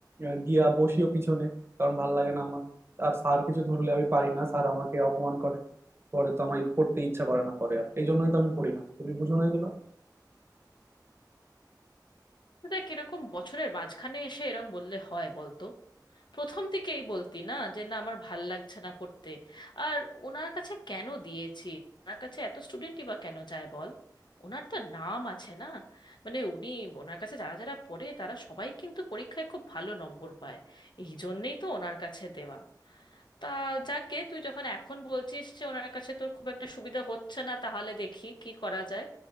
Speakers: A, on the right; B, on the left.
A: আহ, গিয়া বসিও পিছনে কারণ ভাল লাগে না আমার আর স্যার কিছু ধরলে আমি পারি না স্যার আমাকে অপমান করে পরে তো আমার পড়তে ইচ্ছা করে না পরে আর এই জন্যই তো আমি পড়ি না তুমি বুঝো না এগুলো
B: দেখ এরকম বছরের মাঝখানে এসে এরম বললে হয় বলতো প্রথম দিকেই বলতি না যে না আমার ভাল লাগছে না পড়তে আর ওনার কাছে কেন দিয়েছি ওনার কাছে এত স্টুডেন্টই বা কেন যায় বল ওনার তো নাম আছে না মানে উনি ওনার কাছে যারা যারা পড়ে তারা সবাই কিন্তু পরীক্ষায় খুব ভালো নম্বর পায় এই জন্যেই তো ওনার কাছে দেওয়া তা যাকগে তুই যখন এখন বলছিস যে ওনার কাছে তোর খুব একটা সুবিধা হচ্ছে না তাহলে দেখি কি করা যায়